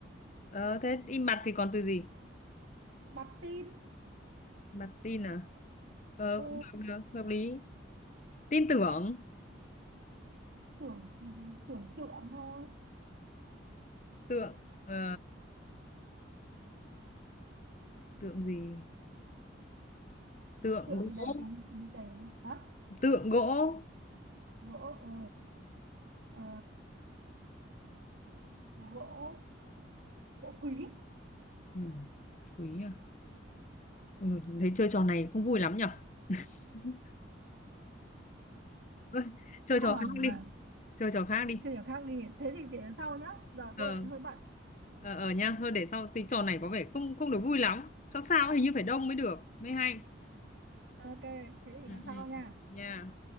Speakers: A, on the left (about 40°); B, on the right (about 70°).
A: ờ thế im bặt thì còn từ gì
B: bặt tin
A: bặt tin à ờ
B: ừ
A: cũng được được hợp lý tin tưởng
B: tưởng thì tưởng tượng thôi
A: tượng ờ, tượng gì tượng
B: tượng thì đầy
A: gỗ
B: tính tính đầy hả
A: tượng gỗ
B: gỗ ờ, ờ, gỗ gỗ quý
A: ừ. quý à Ôi, dồi, thấy chơi trò này không vui lắm nhở <laughs> Thôi, chơi
B: còn
A: trò khác đi
B: mà
A: chơi trò khác đi
B: chưa hiểu khác đi thế thì để lần sau nhá giờ
A: ờ
B: tôi lại hơi bận
A: ờ ờ nha thôi để sau thì trò này có vẻ không không được vui lắm sao sao hình như phải đông mới được mới hay
B: ok thế thì
A: ừ.
B: lần sau
A: ừ.
B: nha
A: nha